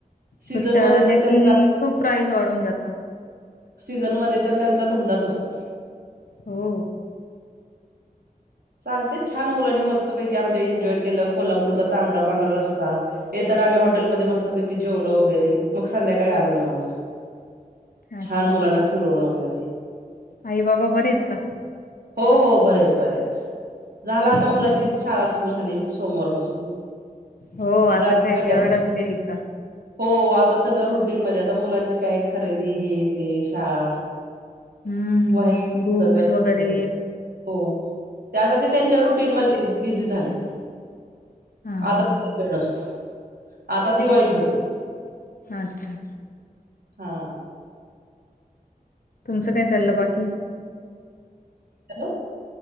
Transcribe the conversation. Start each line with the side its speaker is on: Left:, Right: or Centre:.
Right: सीझनमध्ये
Left: सुट्टया झाल्या
Right: तर त्यांचा
Left: कि खूप प्राईज वाढून जातात...
Right: सीझनमध्ये तर त्यांचा धंदाच असतो...
Left: हो...
Right: चालते छान मुलांनी मस्तपैकी आमच्या एन्जॉय केलं कोल्हापूरचा तांबडा पांढरा रस्ता येत... आणि आम्ही हॉटेलमध्ये मस्तपैकी... जेवलो वगैरे मग संध्याकाळी आलो निवांत
Left: अच्छा
Right: छान मुलांना फिरवून वगैरे....
Left: आई बाबा बरे आहेत का?
Right: हो हो बरेत बरेत.. झाला आता
Left: हं,
Right: मुलांची
Left: हं.
Right: शाळा सुरू झाली सोमवार पासून....
Left: हो आता
Right: सगळं
Left: काय
Right: पहिल्यापासून
Left: ते अडकले इथं...
Right: हो आता सगळं रुटीनमध्ये आता मुलांची काय खरेदी हे ते शाळा....
Left: हम्म
Right: वही पुस्तक
Left: बुक्स
Right: दप्तरा...
Left: वगैरे
Right: हो ते आता ते त्यांच्या रुटीनमध्ये बिझी झालेत.
Left: हा
Right: आता
Left: हा हा
Right: तर वेळ नसतो आता दिवाळीमध्ये
Left: हं. अच्छा
Right: हा..
Left: तुमचं काय चाललं बाकी...
Right: हॅलो..